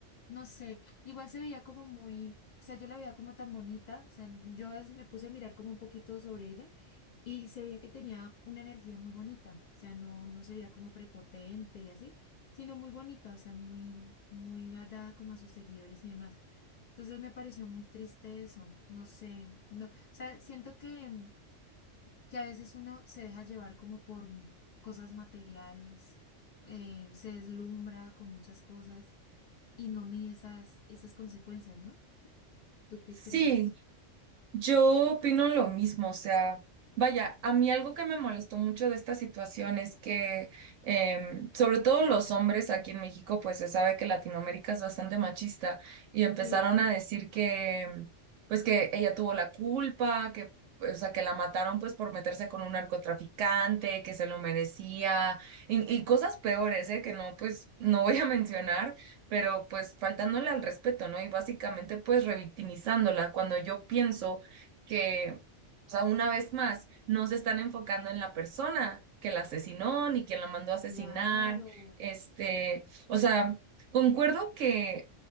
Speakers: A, on the left; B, on the right.
A: no sé, igual se veía como muy, o sea, yo la veía como tan bonita, o sea, yo a me puse a mirar como un poquito sobre ella y se veía que tenía una energía muy bonita, o sea, no, no se veía como prepotente y así, sino muy bonita, o sea, muy, muy dada como a sus seguidores y demás. Entonces me pareció muy triste eso, no sé, no, o sea, siento que que a veces uno se deja llevar como por mu- cosas materiales, eh, se deslumbra con muchas cosas y no mide esas, esas consecuencias, ¿no? ¿Tú qué
B: Sí,
A: crees?
B: Yo opino lo mismo, o sea, vaya, a mí algo que me molestó mucho de esta situación es que, em, sobre todo los hombres aquí en México, pues se sabe que Latinoamérica es bastante machista y empezaron
A: Sí,
B: a decir que, pues que ella tuvo la culpa, que, o sea, que la mataron pues por meterse con un narcotraficante, que se lo merecía y, y cosas peores, ¿eh? Que no, pues no voy a <laughs> mencionar pero pues faltándole al respeto, ¿no? Y básicamente pues revictimizándola, cuando yo pienso que, o sea, una vez más, no se están enfocando en la persona que la asesinó ni quien la mandó a asesinar.
A: claro.
B: Este, o sea, concuerdo que,